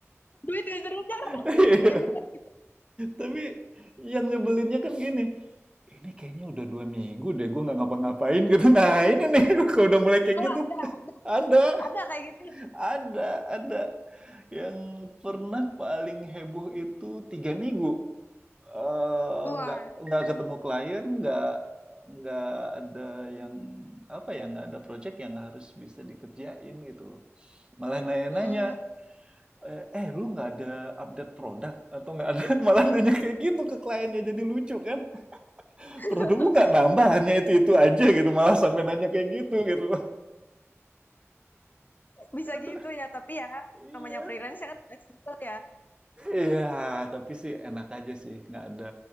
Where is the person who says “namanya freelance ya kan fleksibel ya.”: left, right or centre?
Left